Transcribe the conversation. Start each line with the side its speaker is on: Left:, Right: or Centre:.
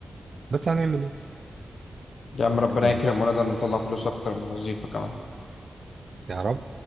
Right: بس هنعمل إيه
Left: يا عم ربنا
Right: الحمد لله
Left: يكرم ونقدر نطلع فلوس اكتر من الوظيفه كمان
Right: يا رب